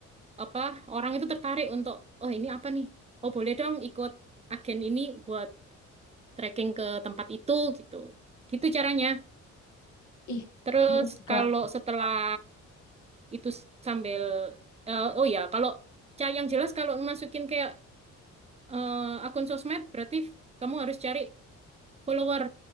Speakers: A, on the right; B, on the left.
A: apa orang itu tertarik untuk oh ini apa nih oh boleh dong ikut agen ini buat trekking ke tempat itu gitu gitu caranya
B: Ih,
A: terus
B: iya sih Kak.
A: kalau setelah itu sambil eh, oh ya kalau ca- yang jelas kalau masukin kayak eh, akun sosmed berarti f- kamu harus cari follower